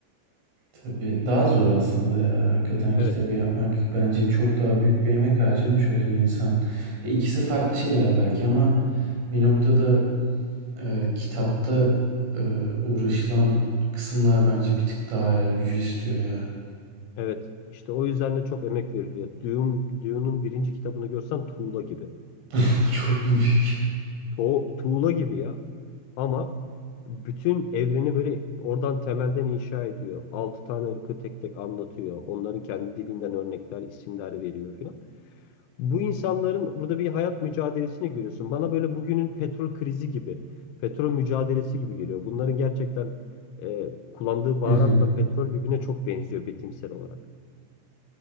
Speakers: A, on the right; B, on the left.
A: Tabii daha zor aslında ya. Hakikaten kitabı
B: Evet.
A: yapmak bence çok daha büyük bir emek harcamış oluyor insan. Ya ikisi farklı şeyler belki ama bir noktada e, kitapta e, uğraşılan kısımlar bence bir tık daha hayal gücü istiyor ya.
B: Evet, işte o yüzden de çok emek veriliyor. Dune, Dune'un birinci kitabını görsen tuğla gibi.
A: <laughs> Çok mu büyük?
B: To- tuğla gibi ya. Ama bütün evreni böyle oradan temelden inşa ediyor. Altı tane ırkı tek tek anlatıyor. Onların kendi dilinden örnekler, isimler veriyor filan. Bu insanların burada bir hayat mücadelesini görüyorsun. Bana böyle bugünün petrol krizi gibi, petrol mücadelesi gibi geliyor. Bunların gerçekten e, kullandığı baharatla
A: Hı hı.
B: petrol birbirine çok benziyor betimsel olarak.